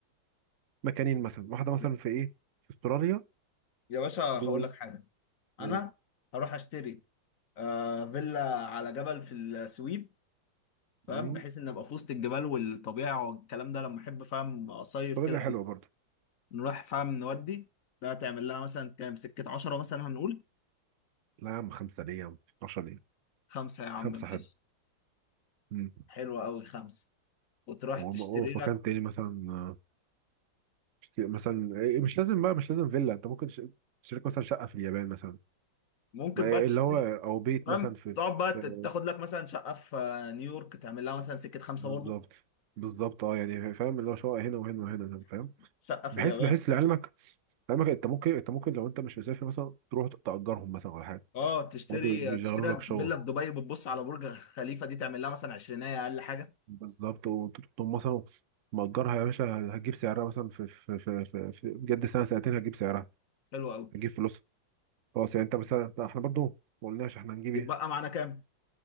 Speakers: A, on the right (about 65°); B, on the left (about 55°).
A: مكانين مثلا واحده مثلا
B: يا
A: في ايه في استراليا
B: يا باشا هقول
A: و...
B: لك حاجة انا
A: و...
B: هروح اشتري آه فيلا على جبل في السويد فاهم
A: مم.
B: بحيث ان ابقى في وسط الجبال والطبيعه والكلام ده لما احب فاهم اصيف
A: استراليا
B: كده
A: حلوه برضو
B: نروح فاهم نودي ده تعمل لها مثلا كام سكه 10 مثلا هنقول
A: لا يا عم خمسه ليه يا عم 12 ليه
B: خمسة يا عم
A: خمسه
B: ماشي
A: حلو مم.
B: حلوه قوي خمسه وتروح
A: وم-
B: تشتري
A: وفي
B: لك
A: مكان تاني مثلا آه، مثلا إيه، مش لازم بقى مش لازم فيلا انت ممكن ش- تشتري لك مثلا شقه في اليابان مثلا
B: ممكن
A: ما هي
B: بقى
A: اللي هو او بيت
B: تمام
A: مثلا في
B: تقعد بقى ت-
A: في-
B: تاخد لك مثلا شقه في آه، نيويورك تعمل لها مثلا سكه خمسه
A: بالظبط
B: برضه
A: بالظبط اه يعني فاهم اللي هو شقق هنا وهنا وهنا فاهم
B: شقه في
A: بحيث
B: اليابان
A: بحيث لعلمك لعلمك انت ممكن انت ممكن لو انت مش مسافر مثلا تروح تأجرهم مثلا ولا حاجه
B: اه تشتري
A: برضه يشغلوا
B: تشتري لك
A: لك شغل
B: فيلا في دبي بتبص على برج خليفه دي تعمل لها مثلا عشرينية اقل حاجه
A: بالظبط وتقوم مثلا مأجرها يا باشا هتجيب سعرها مثلا في في في في, في بجد سنه سنتين هتجيب سعرها
B: حلو قوي
A: هتجيب فلوسها خلاص يعني انت مثلا لا احنا برضه ما قلناش احنا هنجيب
B: يتبقى
A: ايه
B: معانا كام